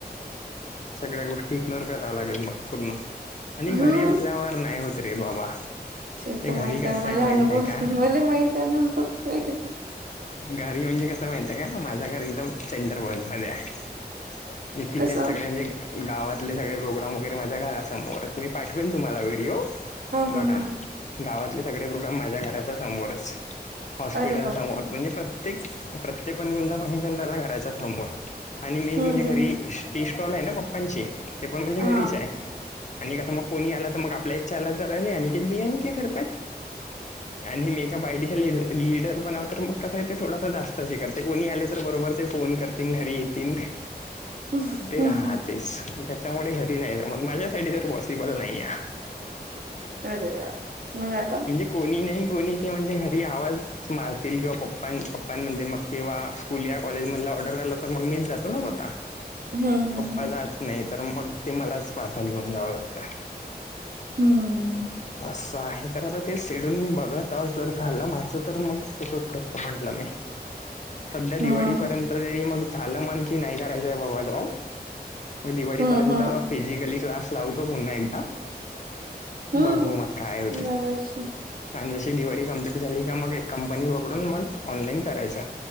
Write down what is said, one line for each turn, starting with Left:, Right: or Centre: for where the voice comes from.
Left: सगळ्या गोष्टी इग्नोर कराव्या लागेल मग पूर्ण आणि घरी
Right: हम्म
Left: असल्यावर नाही होत रे बाबा
Right: चित
Left: ते
Right: माहती
Left: घरी कसं
Right: आहे मला
Left: माहित
Right: अुभव
Left: आहे का
Right: आ मला माहित आहेय नात नाही ग
Left: घरी म्हणजे कसं माहित आहे का माझं घर एकदम सेंटर भवन मध्ये आहे मी तिथेच
Right: कस हा
Left: सगळे म्हणजे गावातले सगळे प्रोग्राम वगैरे माझ्या घरासमोर मी पाठवेल तुम्हाला व्हिडिओ बघाना
Right: हा हा
Left: गावातले सगळे प्रोग्राम माझ्या घराच्या समोरच हॉस्पिटल
Right: अरे बापरे
Left: समोर म्हणजे प्रत्येक प्रत्येक पण कोणता फंक्शन चालू घराच्या समोर आणि मेन
Right: हम्म
Left: म्हणजे घरी
Right: हम्म हम्म
Left: टी स्टॉल आहे ना पप्पांची ते पण म्हणजे
Right: हा
Left: घरीच आहे आणि आता मग कोणी आला तर मग आपल्या इथ चहाला तर अरे अनिकेत भय्या है नही क्या घर पे आणि मेकअप आयटीस <unintelligible> लिडर बनव तर मग कसा य ते थोडासा जास्तच हे करते कोणी आले तर बरोबर ते फोन करतील घरी येतील
Right: हम्म,
Left: ते
Right: हम्म.
Left: राहतेच त्याच्यामुळे घरी नाही जमत माझ्या साठी तर पॉसिबल नाही य <unintelligible> <inaudible>
Right: अरे यार मग आता
Left: म्हणजे कोणी नाही कोणी ते म्हणजे घरी आवाज मारतील किंवा पप्पा पप्पां म्हणतील मग किंवा स्कूल या कॉलेजमधला ऑर्डर झाला तर मग मीच जातो ना स्वतः
Right: हम्म हम्म
Left: पप्पा जात नाही तर मग ते मलाच पार्सल घेऊन जावं लागतय
Right: हम्म
Left: असं आहे तर आता ते शेडूल मी बघत आहो जर झालं माझं तर मग तसच करतो म्हटलं मी सध्या दिवाळीपर्यंत
Right: हम्म
Left: तरी मग झालं मन कि नाही करायचंय बाबा जॉब दिवाळीपर्यंत
Right: हम्म हम्म
Left: फिजिकली क्लास लावतो पुन्हा एकदा
Right: हम्म
Left: बघू मग काय हो
Right: लावायची
Left: आणि जशी दिवाळी कंप्लीट झाली का मग एक कंपनी पकडून मग ऑनलाईन करायच